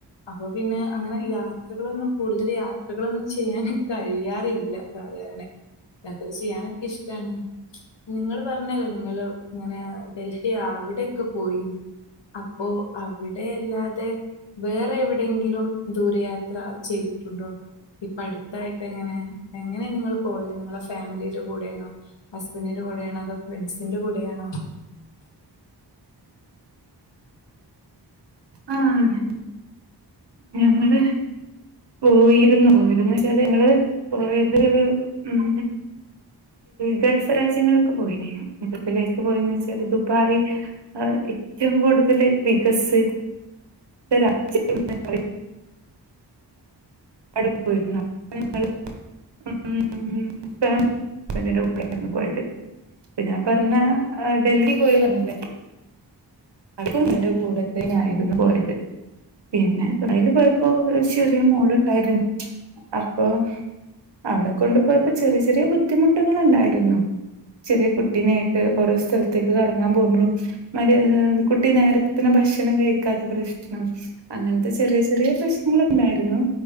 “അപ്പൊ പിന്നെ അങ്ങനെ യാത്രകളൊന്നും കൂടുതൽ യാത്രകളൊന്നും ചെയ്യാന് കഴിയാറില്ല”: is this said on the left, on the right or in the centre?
Left